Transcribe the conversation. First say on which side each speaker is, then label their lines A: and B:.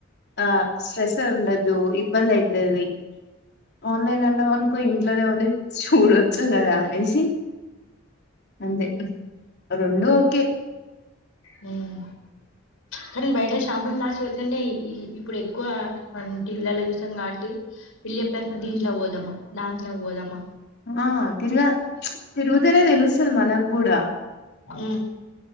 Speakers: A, on the left; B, on the left.
A: ఆ స్ట్రెస్సే ఉండద్దు ఇబ్బంది అయితది ఆన్లైన్ అండం అనుకో ఇంట్లోనే ఉండి కూడొచ్చు కదా అనేసి అంతే రొండు ఓకే
B: మ్ కాని బయట షాపింగ్ మాల్స్ పోతుండే ఈ ఇప్పుడు ఎక్కువ మనం టీవీలల్ల చూసినం కావట్టి వీళ్ళు చెప్పే దీంట్ల వోదామా దాంట్లకి వోదామా
A: ఆ తిరగా తిరుగుతనే తెలుస్తది మనకు కూడా
B: ఉ